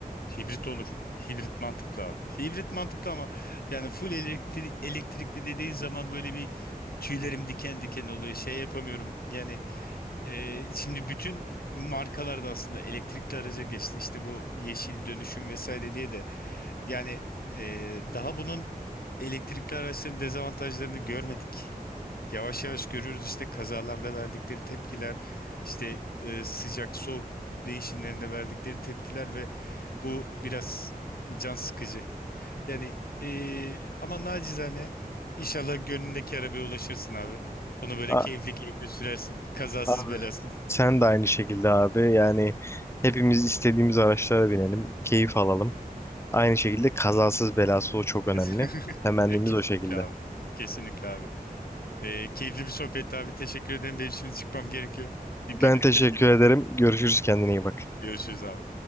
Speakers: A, on the left (about 70°); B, on the left (about 15°).
A: Hibrit olur. Hibrit mantıklı abi. Hibrit mantıklı ama yani full elektri elektrikli dediğin zaman böyle bir tüylerim diken diken oluyor. Şey yapamıyorum. Yani e, şimdi bütün markalarda aslında elektrikli araca geçti. İşte bu yeşil dönüşüm vesaire diye de yani e, daha bunun elektrikli araçların dezavantajlarını görmedik. Yavaş yavaş görüyoruz işte kazalarda verdikleri tepkiler, işte e, sıcak soğuk değişimlerinde verdikleri tepkiler ve bu biraz can sıkıcı. Yani e, ama nacizane inşallah gönlündeki arabaya ulaşırsın abi. Onu böyle
B: A-
A: keyifli keyifli sürersin. Kazasız
B: Abi,
A: belasız.
B: sen de aynı şekilde abi. Yani hepimiz istediğimiz araçlara binelim, keyif alalım. Aynı şekilde kazasız belasız o çok önemli.
A: <laughs>
B: Temennimiz
A: E, kesinlikle
B: o şekilde.
A: abi. Kesinlikle abi. Ee, keyifli bir sohbetti abi. Teşekkür ederim. Benim şimdi çıkmam gerekiyor. Dikkat
B: Ben
A: et
B: teşekkür
A: kendine.
B: ederim. Görüşürüz kendine iyi bak.
A: Görüşürüz abi.